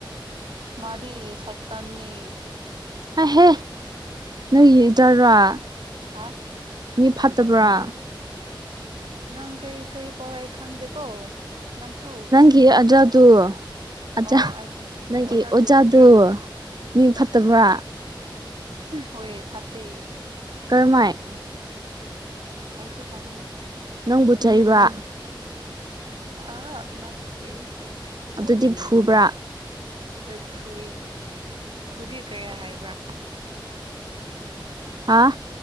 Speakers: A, on the right; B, on the right.
A: ꯃꯥꯗꯤ ꯁꯩꯇꯥꯟꯅꯦ
B: ꯍꯥꯏꯍꯦ ꯅꯪ ꯌꯦꯗꯔꯥ
A: ꯍꯥ
B: ꯃꯤ ꯐꯠꯇꯕ꯭ꯔꯥ
A: ꯅꯪ ꯀꯔꯤ ꯀꯔꯤ ꯄꯥꯎ ꯑꯩ ꯈꯪꯗꯦꯀꯣ ꯅꯪꯁꯨ
B: ꯀꯤ ꯑꯗꯋꯥꯗꯨ ꯑꯆꯥ
A: ꯑꯣ ꯑꯩꯒꯤ
B: ꯅꯪꯒꯤ ꯑꯣꯖꯥꯗꯨ
A: ꯀꯔꯤ
B: ꯃꯤ ꯐꯠꯇꯕ꯭ꯔꯥ
A: ꯍꯣꯏꯌꯦ ꯐꯠꯇꯦ
B: ꯀꯔꯃꯥꯏ
A: ꯑꯥꯏꯁꯨ ꯈꯪꯗꯦ
B: ꯅꯪꯕꯨ ꯆꯩꯠꯕ꯭ꯔ
A: ꯑ ꯅꯠꯇꯦ
B: ꯑꯗꯨꯗꯤ ꯐꯨꯕ꯭ꯔꯥ
A: ꯍꯣꯏ ꯐꯨꯏ ꯐꯨꯗꯤ ꯀꯔꯤ ꯍꯥꯏꯕ꯭ꯔꯥ
B: ꯍꯥꯥ